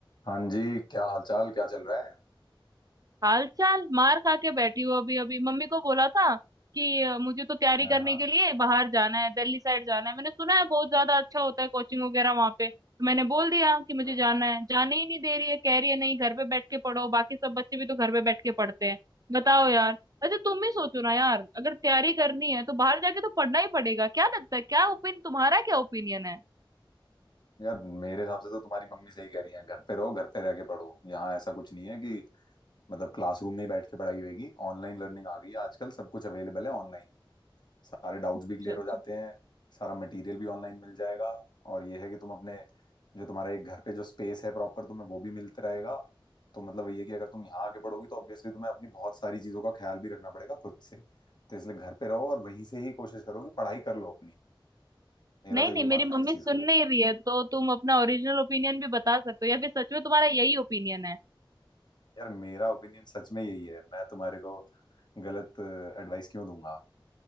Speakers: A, on the left; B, on the right.
A: हाँ जी क्या हालचाल क्या चल रहा है
B: हाल चाल मार खा के बैठी हूँ अभी अभी मम्मी को बोला था कि अ, मुझे तो तैयारी
A: हाँ
B: करने के लिए बाहर जाना है दिल्ली साइड जाना है मैंने सुना है बहुत ज्यादा अच्छा होता है कोचिंग वगैरह वहां पे तो मैंने बोल दिया कि मुझे
A: हम्म।
B: जाना है जाने ही नहीं दे रही है कह रही है नहीं घर पे बैठ के पढ़ो बाकी सब बच्चे भी तो घर पे बैठ के पढ़ते हैं बताओ यार अच्छा तुम ही सोचो ना यार अगर तैयारी करनी है तो बाहर जाके तो पढ़ना ही पड़ेगा क्या लगता है क्या ओपिनियन तुम्हारा क्या ओपिनियन है
A: यार मेरे हिसाब से तो तुम्हारी मम्मी सही कह रही है घर पे रहो घर पे रह के पढ़ो यहाँ ऐसा कुछ नहीं है कि मतलब क्लासरूम में ही बैठ के पढ़ाई होगी ऑनलाइन लर्निंग आ गई है आजकल सब कुछ अवेलेबल है ऑनलाइन सारे डाउट्स भी
B: अच्छा
A: क्लियर
B: अच्छा
A: हो जाते हैं सारा मटेरियल भी ऑनलाइन मिल जाएगा और ये है कि तुम अपने जो तुम्हारा एक घर पे जो स्पेस है प्रॉपर तुम्हें वो भी मिलता रहेगा तो मतलब ये है कि अगर तुम यहाँ आके पढ़ोगी तो ऑब्वियसली तुम्हें अपनी बहुत सारी चीजों का ख्याल भी रखना पड़ेगा खुद से तो इसलिए घर पे रहो और वहीं से ही कोशिश करो कि पढ़ाई कर लो अपनी मेरा
B: नहीं
A: तो यही
B: नहीं मेरी
A: मानना
B: मम्मी
A: है इस चीज
B: सुन
A: को लेके
B: नहीं रही है तो तुम अपना ओरिजिनल ओपिनियन भी बता सकते हो या फिर सच में तुम्हारा यही ओपिनियन है
A: यार मेरा ओपिनियन सच में यही है मैं तुम्हारे को गलत एडवाइस क्यों दूंगा